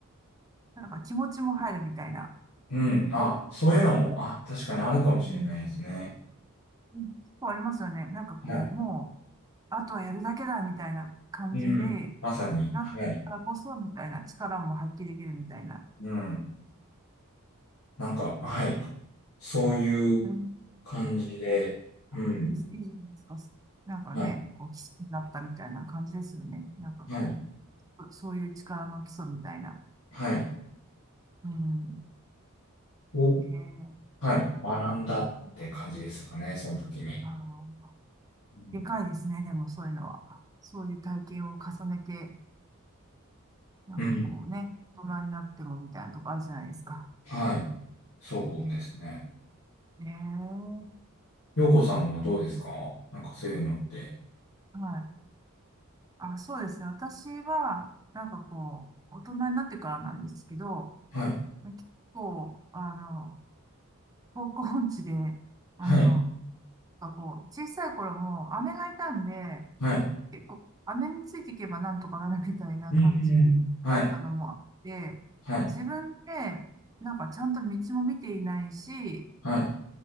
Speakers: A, on the right; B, on the left.
A: なんか気持ちも入るみたいな。
B: うん、あ、そういうのも、あ、確かにあるかもしれないですね。
A: うん。うん結構ありますよね。なんかこう、
B: はい。
A: もう、あとはやるだけだみたいな感じで、
B: うん、まさに、
A: なったからこそみたいな力も発揮できるみたいな。
B: はい。うん、なんか、はい。そういう
A: うんで、
B: 感じで、
A: あいいですいいじゃないですか。
B: うん、
A: なんかね、
B: はい、
A: こう、基礎になったみたいな感じですよね。なんかこ
B: はい、
A: う、そういう力の基礎みたいな。
B: はい。
A: うん。
B: を、
A: ねえ。
B: はい、学んだって感じですかね、
A: うん
B: その時に。
A: あの
B: うん、
A: でかいですね、でもそういうのは。そういう体験を重ねて、なんかこうね、
B: うん
A: 大人になってもみたいなとこあるじゃないですか。
B: はい、そうですね。
A: うん。ええ
B: 洋子さんはどうですかなんかそういうのって。
A: はい。あ、そうですね。私は、なんかこう、大人になってからなんですけど、
B: はい、
A: 結構、あの、方向音痴で、あの、
B: はい、
A: なんかこう、小さい頃も姉がいたんで、
B: はい。
A: 結構、飴についていけばなんとかなるみたいな感じだったのもあって、
B: ええはい、はい、
A: 自分って、なんかちゃんと道も見ていないし、
B: はい。